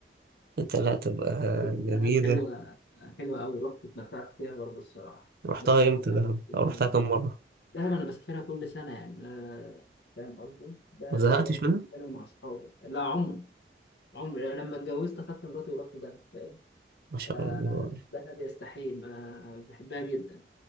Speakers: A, on the right; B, on the left.
A: انت لا تبقى
B: دهب
A: جميلة
B: حلوة حلوة أوي رحت اتمتعت فيها برضه الصراحة
A: رحتها
B: دهب ومطلع
A: امتى دهب
B: الجيم.
A: او رحتها كم مرة
B: دهب أنا بسافرها كل سنة يعني آه، فاهم قصدي؟ دهب
A: ما زهقتش
B: دايما
A: منها
B: كل سنة مع أصحابي لا عمري عمري أنا لما اتجوزت أخدت مراتي ورحت دهب فاهم؟
A: ما شاء
B: فدهب
A: الله
B: يستحيل ما بحبها جدا